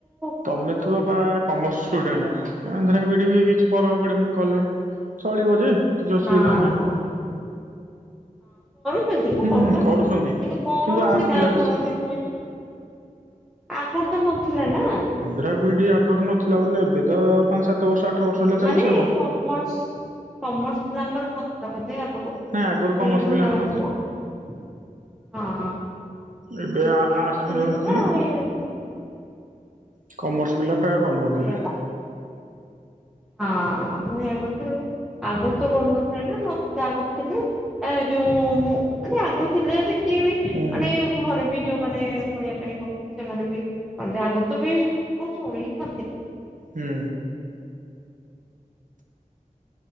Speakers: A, in the centre; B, on the right (about 65°).
A: କୋଉଠି
B: ତମେ ତ ବା କମର୍ସ ଷ୍ଟୁଡେଣ୍ଟ ଆ ବି ଡ୍ କିଛି ଖରାକୁ ପଡିବନି କଲେ ଚଳିବ ଯେ କିଛି ଅସୁବିଧା
A: ହଁ
B: ନାହିଁ।
A: ମୁଁ
B: ହୁଁ
A: କରନାହାନ୍ତି
B: ହୁଁ କରୁଛନ୍ତି
A: କିନ୍ତୁ କଣ
B: କିନ୍ତୁ ଆର୍ଟସ
A: ଗା
B: ପିଲା ବେଶୀ
A: କରନ୍ତି ମୁ ଆଗ ନଥିଲା ନା
B: ଅନ୍ଦ୍ର ବିଡି ଆ ର ନଥିଲା ବୋଲେ ଏବେ ତ ପାଞ୍ଚ ସାତ ବର୍ଷ ବର୍ଷ ହେଲା ଚାଲିଛି
A: ମାନେ
B: ଆଉ କଣ।
A: କମର୍ସ କମର୍ସ ପିଲାଙ୍କର ନ ମତେ
B: ନାଇଁ ଆଗରୁ କମର୍ସ
A: ବିଧଟ
B: ପିଲାଙ୍କର
A: ନଥିଲା ହଁ।
B: ଏବେ ଆର୍ଟସ୍
A: ପିଜି ଖାଲି
B: ପିଲାଙ୍କରେ ଥିଲା
A: ଆଉ ଏଇଟା ଥିଲା
B: ହୁଁ କମର୍ସ ପିଲା ପ୍ରାୟ କରୁନଥିଲି।
A: ଏଇଆ ପା। ହଁ ମୁଁ ଏଇଆ କହୁଥିଲି କହୁଥିଲି ଆଗରୁ ତ କରୁନଥିଲେ ନା ମତେ ଆଗରୁ ଥିଲି ଏ ଯୋଉ ମୁଁ ମାନେ ଆଗରୁ ଥିଲେ ବି କିଏ ବି
B: ହୁଁ।
A: ମାନେ ଘରେ ବି ଯୋଉ ମାନେ ଶୁଣିବା ପାଇଁ କହୁଛନ୍ତି ସେମାନେ ବି କଅନ୍ତି ଆଗରୁ ତ ବି ମୁଁ ଶୁଣି ହିଁ ନଥିଲି।
B: ହୁଁ।